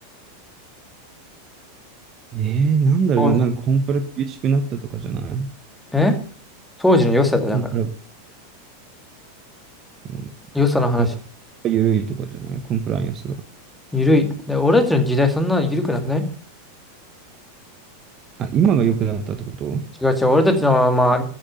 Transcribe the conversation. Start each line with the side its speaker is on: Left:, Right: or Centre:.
Right: ええなんだろうな、
Centre: う当
Right: なんかコンプラ厳しくなったとかじゃない
Centre: 時え当時の良さだよ、
Right: コンプラ、
Centre: だから。
Right: うん、
Centre: 良さの話。
Right: あコンプラ緩いとかじゃないコンプライアンスが。
Centre: ゆるい。で、俺たちの時代そんな緩くなくない
Right: あ、今が良くなったってこと
Centre: 違う違う。俺たちの、まあ、